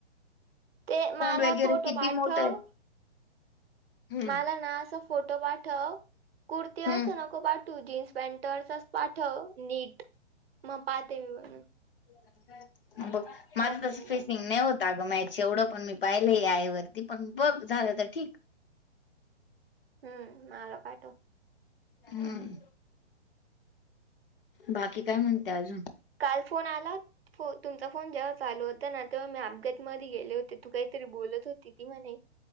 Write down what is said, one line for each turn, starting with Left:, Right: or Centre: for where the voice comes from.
Right: ते मला
Left: वगैरे
Right: फोटो
Left: किती
Right: पाठव
Left: मोठं आहे. हम्म
Right: मला ना आसं. फोटो पाठ कुर्ती
Left: हम्म
Right: अस नको पाठवु जीन्स पॅन्टवर चा स पाठव नीट म पाहते मी बणून.
Left: <inaudible> म बघ माझं
Right: पाहते
Left: तस
Right: मी बनवून
Left: फिसिंग नाही होत अग मॅच चेवढं पण मी पाहिलं ए आय वरती पण बघ झालं तर ठीक.
Right: हम्म माला पाठव.
Left: हम्म बाकी काय म्हणते आजून?
Right: काल फोन आला होत फो तुमचा फोन जेव्हा चालू होता ना तेव्हा मी आपगेट मध्ये गेले होती. तू काहीतरी बोलत होती ती म्हणे